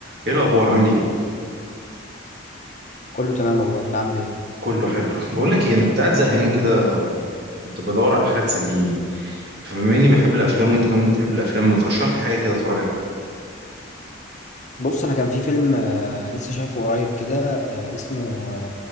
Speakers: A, on the right (about 50°); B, on the left (about 35°).
A: ايه الاخبار عامل ايه
B: كله تمام والله انت عامل ايه
A: كله حلو بقول لك ايه انا كنت قاعد زهقان كده كنت بدور على حاجه تسليني فبما اني بحب الافلام وانت كمان بتحب الافلام ما ترشح لي حاجه كده اتفرج عليها
B: بص انا كان في فيلم آه لسه شايفه قريب كده آه اسمه